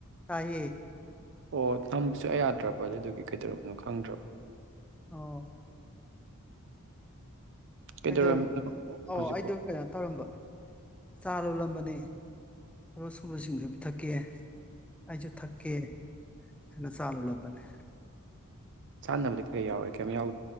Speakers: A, in the centre; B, on the right.
A: ꯇꯥꯏꯌꯦ
B: ꯑꯣ ꯅꯝꯕ ꯁꯨꯡꯌꯥ ꯌꯥꯗ꯭ꯔꯕ ꯑꯗꯨꯗꯨꯒꯤ ꯀꯩꯗꯧꯔꯕꯅꯣ ꯈꯪꯗ꯭ꯔꯕ
A: ꯑꯣ
B: ꯀꯩꯗꯧꯔꯝꯃꯤꯅꯣ
A: ꯀꯩꯗꯧꯔꯝ ꯑꯣ
B: ꯍꯧꯖꯤꯛꯄꯣ
A: ꯑꯩꯗꯣ ꯀꯩꯅꯣ ꯇꯧꯔꯝꯕ ꯆꯥ ꯂꯣꯜꯂꯝꯕꯅꯦ ꯅꯦ ꯊꯕꯛ ꯁꯨꯕꯁꯤꯡꯁꯨ ꯄꯤꯊꯛꯀꯦ ꯑꯩꯁꯨ ꯊꯛꯀꯦ ꯍꯥꯏꯅ ꯆꯥ ꯂꯣꯜꯂꯝꯕꯅꯦ
B: ꯆꯥꯅꯕꯗꯤ ꯀꯩ ꯌꯥꯎꯔꯦ ꯀꯦꯝ ꯌꯥꯎ